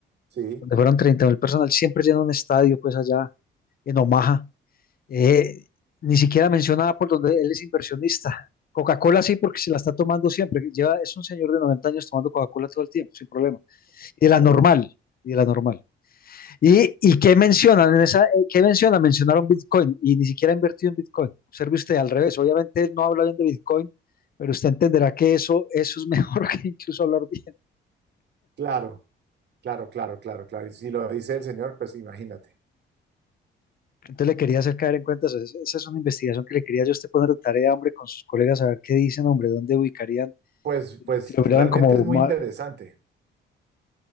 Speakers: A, on the right (about 60°); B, on the left (about 50°).
A: Sí,
B: donde fueron treinta mil personas, él siempre llena un estadio, pues allá en Omaha. Eh, ni siquiera mencionaba por donde él es inversionista. Coca-Cola sí, porque se la está tomando siempre. Lleva, es un señor de 90 años tomando Coca-Cola todo el tiempo, sin problema. Y
A: increíble.
B: de la normal, y de la normal. ¿Y, y qué mencionan en esa? eh, ¿Qué menciona? Mencionaron Bitcoin y ni siquiera ha invertido en Bitcoin. Observe usted al revés. Obviamente él no habla bien de Bitcoin, pero usted entenderá que eso, eso es mejor <laughs> que incluso hablar bien.
A: Claro, claro, claro, claro, claro. Y si lo dice el señor, pues imagínate.
B: Entonces le quería hacer caer en cuenta, eso. Es- esa es una investigación que le quería yo a usted poner de tarea, hombre, con sus colegas, a ver qué dicen, hombre, dónde ubicarían,
A: Pues, pues
B: si lograran
A: realmente
B: como...
A: es muy
B: ma-
A: interesante.